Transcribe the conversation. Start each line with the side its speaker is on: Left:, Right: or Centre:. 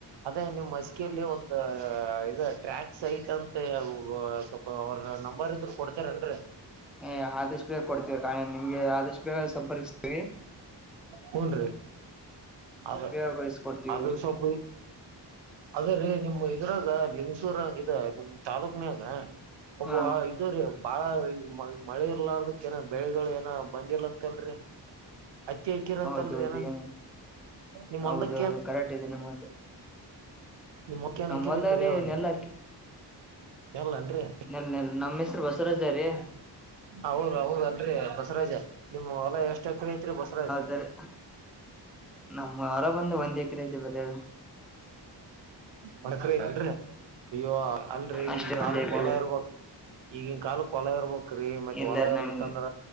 Right: ಅದೇ ನಿಮ್ಮ ಮಸ್ಕಿಯಲ್ಲಿ ಒಂದ ಇದ ಟ್ರ್ಯಾಕ್ಸ್ ಐತ ಅಂತ ಸ್ವಲ್ಪ. ಅವ್ರ ನಂಬರ ಇದ್ರ ಕೊಡ್ತೀರ ಏನ್ರಿ.
Centre: ಏ ಆದಷ್ಟ ಬೇಗ ಕೊಡ್ತೀವಿ ಕ ನಿಮ್ಗೆ ಆದಷ್ಟ ಬೇಗ ಸಂಪರ್ಕಿಸ್ತೀವಿ.
Right: ಹುಣರಿ ಅದ
Centre: ಬೇಗ ಕಳಿಸ್ಕೊಡ್ತೀವಿ
Right: ಅದ ಸ್ವಲ್ಪ. ಅದೇ ರೀ ನಿಮ್ ಇದ್ರಾಗ ಬಿಮ್ಸೂರ ನಿಮ್ ತಾಲೂಕ್ನಾಗ ಒಬ್ಬ
Centre: ಹಾ
Right: ಇದು ರಿ ಬಾಳ ಈ ಮಳೆ ಇರ್ಲಾರದಕ್ ಏನ ಬೆಳೆಗಳು ಏನ ಬಂದಿಲ್ಲ ಅಂತಲ್ರಿ ಹತ್ತಿ ಅಕ್ಕಿರ ಅಂತಲ್ರರಿ
Centre: ಹೌದೌದು
Right: ಏನ
Centre: ಏನ್
Right: ನಿಮ್ಮೊಲ್ಲಕ್ಕ
Centre: ಹೌದೌದು
Right: ಏನ್
Centre: ಕರೆಕ್ಟ್ ಇದೆ ನಿಮ್ಮ
Right: ನಿಮ್ ಮಖ್ಯನ ಹಾಕಿರಿ
Centre: ಹೊಲ್ದಾಗ್ರಿ
Right: ಕರಿಯಾವ್ರಿ
Centre: ನೆಲ್
Right: ನೆಲ್ಲನ್ರಿ
Centre: ನನ್ ನಮ್ಮ ಹೆಸರು ಬಸವರಾಜ ರೀ
Right: ಹೌದ ಹೌದ ಅಲ್ರೀ ಬಸರಾಜ ನಿಮ್ ಹೊಲ ಎಷ್ಟ ಎಕರಿ ಐತ್ರಿ ಬಸರಾಜ್
Centre: ಸರಿ ನಮ್ಮ್ ಹೊಲಾ ಬಂದ ಒಂದ್ ಎಕರೆ ಐತೆ ಬರೇ
Right: ಮಡಕರಿ ಅಲ್ರಿ ಅಯ್ಯೋ ಅಲ್ರರಿ
Centre: ಅಷ್ಟೇ
Right: ಈಗ
Centre: ಒಂದ್
Right: ಹೋಲ್
Centre: ಎಕರೆ
Right: ಹೊಲಾ ಇರ್ಬೇಕ ಈಗಿನ್ ಕಾಲಕ್ ಹೊಲ ಇರ್ಬೇಕರೀ ಮತ್ತೆ
Centre: ಇಲ್ಲ
Right: ಹೊಲ ಇರ್ಲಿಕ್
Centre: ನಮ್
Right: ಅಂದ್ರ